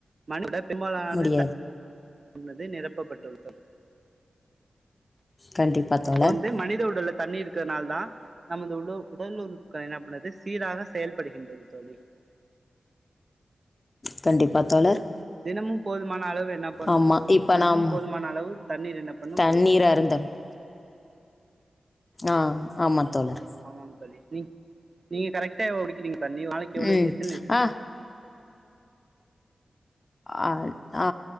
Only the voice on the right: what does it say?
மனிதர் வந்து பெருபாலானது
தண் உள்ளது நிரப்பப்பட்டது தோழி
இப்ப வந்து மனித உடலுக் தண்ணி இருக்கிறதுனால தா நமது உ உடல் உறுப்புகள் என்ன பது சீராக செயல்படுகின்றது தோழி
தினமும் போதுமான அளவு என்ன பண்ண
தினமும்
போதுமான அளவு தண்ணீர் என்ன பண்ணு
குடிக்கணு தோழி
ஆமாம் தோழி நீங்க கரெட்டா <unintelligible> ஒரு நாளைக்கு எவ்ளோ
எத்தன லிட்டர் குடுக்கிறீங்க